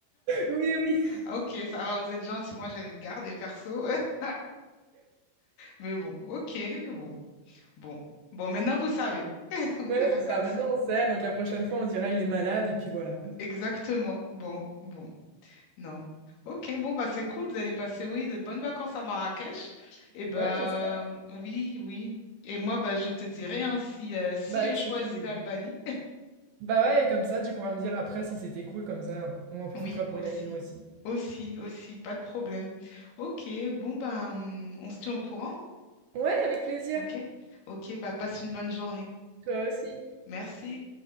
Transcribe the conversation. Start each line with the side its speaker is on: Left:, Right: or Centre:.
Right: Oui, oui.
Left: Ah, Ok, ça va, vous êtes gentil. Moi, j'allais le garder, perso. <laughs> Mais bon, ok, bon, bon. Bon, maintenant vous savez, <laughs> on
Right: Ouais,
Left: dira
Right: c'est
Left: comme
Right: ça. Maintenant,
Left: ça.
Right: on sait. Donc la prochaine fois, on dira il est malade et puis voilà.
Left: Exactement. Bon, bon, non. Ok, bon, bah c'est cool, vous allez passer, oui, de bonnes vacances à Marrakech. Et ben,
Right: Bah ouais, j'espère.
Left: euh, oui, oui. Et moi, bah, je te dirai, hein, si, euh, si
Right: Bah
Left: je
Right: oui,
Left: choisis
Right: si tu.
Left: l'Albanie,
Right: Bah ouais, et comme ça, tu pourras me dire après si c'était cool comme ça.
Left: <laughs>
Right: On en profitera
Left: oui,
Right: pour
Left: aussi.
Right: y aller nous aussi.
Left: Aussi, aussi, pas de problème. Ok, bon, bah, hum, on se tient au courant, hein,
Right: Ouais, avec plaisir.
Left: ok? Ok, bah, passe une bonne journée.
Right: Toi aussi.
Left: Merci.